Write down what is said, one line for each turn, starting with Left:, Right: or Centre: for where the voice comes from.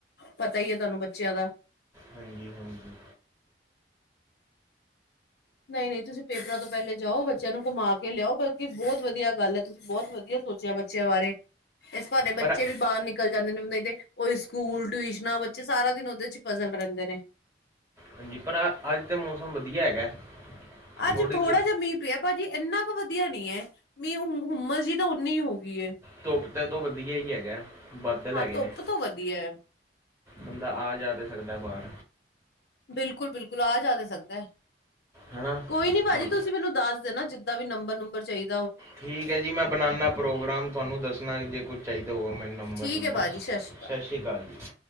Left: ਪਤਾ ਹੀ ਤੁਹਾਨੂੰ ਬੱਚਿਆਂ ਦਾ।
Right: ਹਾਂਜੀ-ਹਾਂਜੀ।
Left: ਨਈ-ਨਈ ਤੁਸੀਂ ਪੇਪਰਾਂ ਤੋਂ ਪਹਿਲੇ ਜਾਓ, ਬੱਚੇਆਂ ਨੂੰ ਘੁਮਾ ਕੇ ਲੇਆਓ ਬਲਕਿ, ਬੋਤ ਵਦੀਆ ਗਾੱਲ ਐ, ਤੁਸੀਂ ਬੋਤ ਵਦੀਆ ਸੋਚੇਆ ਬੱਚੇਆਂ ਬਾਰੇ। ਇਸ ਬ੍ਹਾਨੇ
Right: ਪਰ
Left: ਬੱਚੇ ਵੀ ਬਾਰ ਨਿਕ ਨਿਕਲ ਜਾਂਦੇ ਨਈ ਤੇ, ਓਈ ਸਕੂਲ, ਟਿਊਸ਼ਨਾਂ ਬੱਚੇ ਸਾਰਾ ਦਿਨ ਓਦੇ ਚ ਪਜ਼ਲ ਰੈਂਦੇ ਨੇ।
Right: ਹਾਂਜੀ ਪਰ ਆ, ਆੱਜ ਤਾਂ ਮੌਸਮ ਵਦੀਆ ਹੈਗਾ।
Left: ਅੱਜ
Right: ਥੋੜ੍ਹੀ
Left: ਥੋੜਾ
Right: ਕੁ
Left: ਜੇਆ ਮੀਂ ਪੇਆ, ਭਾਜੀ ਏਨਾ ਕ ਵਦੀਆ ਨਈ ਐ, ਮੀਂ ਓ ਹੁੰ, ਹੁੰਮਾ ਜੀ ਤੋ ਓਨੀ ਹੋ ਗਈ ਏ।
Right: ਧੁੱਪ ਤੋਂ ਵਦੀਆ ਈ ਹੈਗਾ, ਬੱਦਲ
Left: ਹਾਂ
Right: ਹੈਗੇ
Left: ਧੁੱਪ
Right: ਨੇ।
Left: ਤੋਂ ਵਧੀਆ ਹੈ।
Right: ਬੰਦਾ ਆ ਜਾ ਤਾਂ ਸਕਦਾ ਬਾਰ।
Left: ਬਿਲਕੁਲ-ਬਿਲਕੁਲ ਆ ਜਾ ਤਾਂ ਸਕਦਾ ਐ।
Right: ਹੈ ਨਾ
Left: ਕੋਈ ਨੀ ਭਾਜੀ ਤੁਸੀਂ ਮੈਨੂੰ ਦੱਸ ਦੇਣਾ, ਜਿੱਦਾਂ ਵੀ ਨੰਬਰ, ਨੂੰਬਰ ਚਈ
Right: ਠੀਕ ਐ ਜੀ ਮੈਂ ਬਣਾਣਾ ਪ੍ਰੋਗਰਾਮ ਤੁਆਨੂੰ ਦੱਸਣਾ ਜੇ ਕੁਝ ਚਾਈਦਾ ਓ ਮੈਨੂੰ ਨੰਬਰ,
Left: ਠੀਕ
Right: ਨੂੰਬਰ
Left: ਹੈ ਭਾਜੀ ਸਤਿ ਸ਼੍ਰੀ ਅਕਾਲ।
Right: ਸ਼ਸ਼ੀ ਕਾਲ ਜੀ।